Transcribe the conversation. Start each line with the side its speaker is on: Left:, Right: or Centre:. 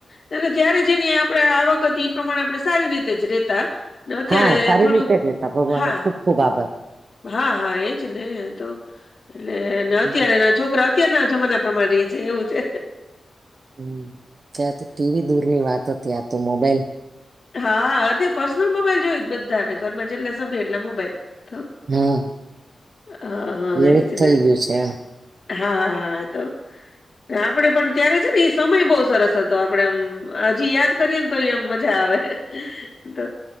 Left: તે તો જ્યારે જેની આપણે આવક હતી ઈ પ્રમાણે આપણે સારી રીતે જ રેતા. તો અત્યારે
Right: હા સારી
Left: થોડું,
Right: રીતે જ રહેતા ભગવાન
Left: હા.
Right: નો ખુબ ખુબ આભાર
Left: હા, હા એજ ને તો, એટલે
Right: હમ
Left: ને અત્યારે અત છોકરા અત્યારના જમાના પ્રમાણે રયે છે એવું છે.
Right: હમ્મ, ત્યાં તો ટીવી દૂર ની વાત હતી, આ તો મોબાઈલ
Left: હા, અતે પર્સનલ મોબાઈલ જોયે છે બધાને, ઘરમાં જેટલા સભ્ય એટલા મોબાઈલ. તો
Right: હા
Left: હા, હા
Right: એવું
Left: એ જ
Right: થઈ
Left: ને.
Right: ગયું છે
Left: હા, હા, હા તો, ને આપડે પણ ત્યારે છે ને ઈ સમય બહુ સરસ હતો આપડે આમ હજી યાદ કરીએન તોય એમ મજા આવે. તો